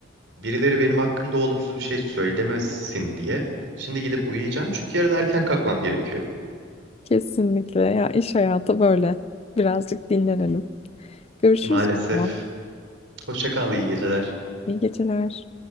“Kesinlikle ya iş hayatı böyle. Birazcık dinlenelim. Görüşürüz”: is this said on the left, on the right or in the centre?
Left